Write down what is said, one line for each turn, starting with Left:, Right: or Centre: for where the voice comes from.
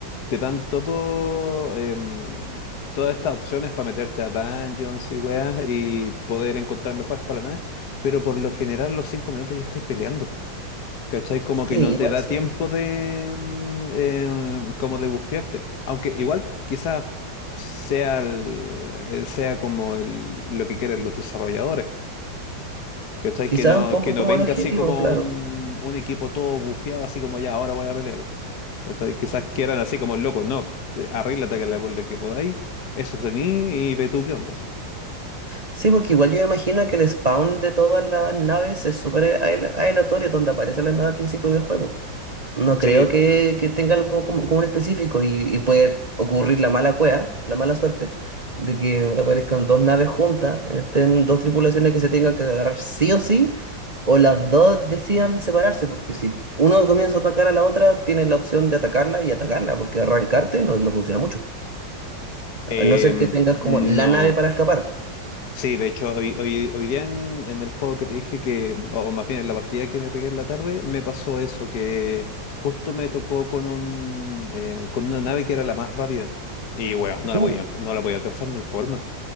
Left: te dan todo, em, todas estas opciones para meterte a dungeons y weas y poder encontrar mejoras para la nave, pero por lo general los cinco minutos ya estáis peleando. ¿Cachai? Como que
Right: Sí,
Left: no
Right: igual
Left: te da
Right: sí.
Left: tiempo de, mm, eh, como de bufiarte. Aunque igual quizás sea, el- eh, sea como el- lo que quieren los desarrolladores. ¿Cachai?
Right: Quizás
Left: Que no,
Right: un poco
Left: que no
Right: como
Left: venga
Right: el objetivo,
Left: así como
Right: claro.
Left: un, un equipo todo bufeado, así como ya, ahora voy a pelear. ¿Cachai? Quizás quieran así como locos, no, te- arríglate que la, con lo que podáis, eso tení y ve tú qué ondas.
Right: Sí, porque igual yo me imagino que el spawn de todas las naves es súper ael- aleatorio donde aparecen las naves al principio del juego. No
Left: Sí,
Right: creo que, que tenga algo como, como un específico y, y puede ocurrir la mala cueva, la mala suerte, de que aparezcan dos naves juntas, estén dos tripulaciones que se tengan que agarrar sí o sí, o las dos decidan separarse, porque si uno comienza a atacar a la otra, tienes la opción de atacarla y atacarla, porque arrancarte no, no funciona mucho,
Left: eh,
Right: a no ser que tengas como
Left: no.
Right: la nave para escapar.
Left: Sí, de hecho, hoy, hoy, hoy día en, en el juego que te dije que, mm, o más bien en la partida que me pegué en la tarde, me pasó eso, que justo me tocó con un, eh, con una nave que era la más rápida. Y bueno, no la
Right: Uh.
Left: podía, alca- no la podía alcanzar, no hay forma.